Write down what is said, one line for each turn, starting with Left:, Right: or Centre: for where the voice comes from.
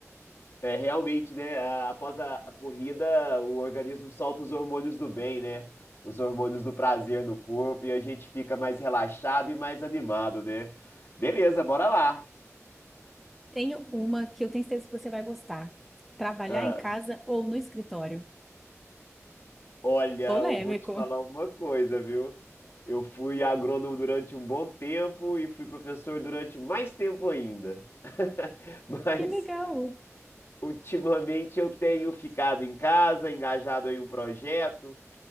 Left: É realmente, né? a- Após a a corrida, o organismo solta os hormônios do bem, né? Os hormônios do prazer no corpo e a gente fica mais relaxado e mais animado, né? Beleza, bora lá.
Centre: Tenho uma que eu tenho certeza que você vai gostar. Trabalhar
Left: Ah,
Centre: em casa ou no escritório?
Left: olha,
Centre: Polêmico.
Left: eu vou te falar
Centre: <laughs>
Left: uma coisa, viu? Eu fui agrônomo durante um bom tempo e fui professor durante mais tempo ainda. <laughs> Mas
Centre: Que legal.
Left: Ultimamente eu tenho ficado em casa, engajado em um projeto,